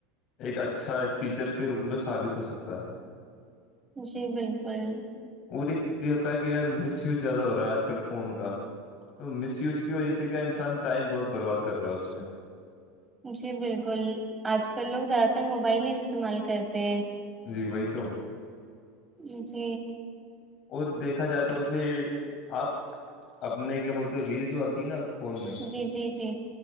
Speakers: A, on the left; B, on the right.
A: ایک اچھا ٹیچر کے روپ میں ثابت ہو سکتا ب
B: جی بالکل
A: اور ایک یہ ہوتا ہے کہ یار مس یوز زیادہ ہو رہا ہے آج کل فون کا تو مس یوج کی وجہ سے کیا انسان ٹائم بہت برباد کر رہا ہے اس پہ
B: جی بالکل آج کل لوگ زیادہ تر موبائل ہی استعمال کرتے
A: جی وہی تو
B: جی ج
A: اور دیکھا جائے تو ویسے آپ اپنے کیا بولتے ریل جو آتی ہے نا فون میں
B: جی جی جی